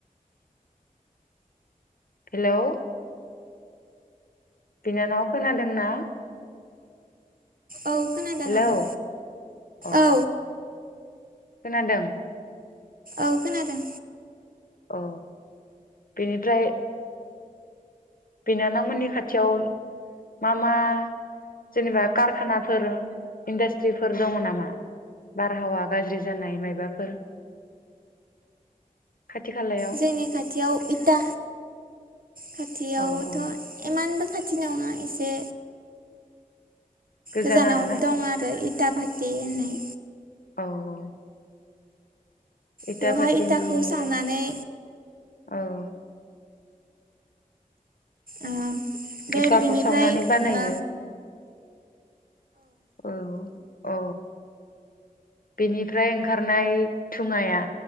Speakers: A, on the left; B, on the right.
A: हेलौ बिनानावा खोनादोंना
B: औ खोनादों
A: हेलौ
B: आब'
A: अ
B: औ
A: खोनादों।
B: औ खोनादों।
A: औ बेनिफ्राय बिनानावमोननि खाथियाव मा मा जेनेबा कारखानाफोर इन्डास्ट्रिफोर दङ नामा बारहावा गाज्रि जानाय मायबाफोर खाथि खालायाव
B: जोंनि खाथियाव इटा खाथियावथ'
A: औ औ
B: इमानबो खाथिनङा एसे
A: गोजान
B: गोजानाव
A: आरोना
B: दं आरो इटा भाटिहोननाय
A: औ औ इटा
B: बेवहाय
A: भाटिनि
B: इटाखौ सावनानै
A: औ
B: ओ बे
A: एखाखौ
B: बिनिफ्राय
A: सावनानै बानायो
B: ओ
A: औ औ बेनिफ्राय ओंखारनाय थुङाया